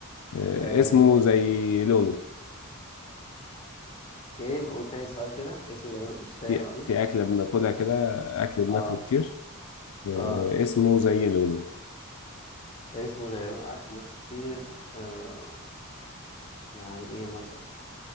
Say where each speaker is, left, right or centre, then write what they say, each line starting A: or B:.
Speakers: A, on the left; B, on the left.
A: آه،
B: آه
A: اسمه
B: مش
A: زي لونه
B: ايه قول تاني سؤال كده اسمه ده مش فاهم
A: في
B: قوي
A: في اكلة بناكلها كده اكل بناكله
B: اه
A: كتير آه،
B: اه
A: اسمه زي لونه
B: عيش مدعية أكل ناس كتير آه يعني إيه مثلا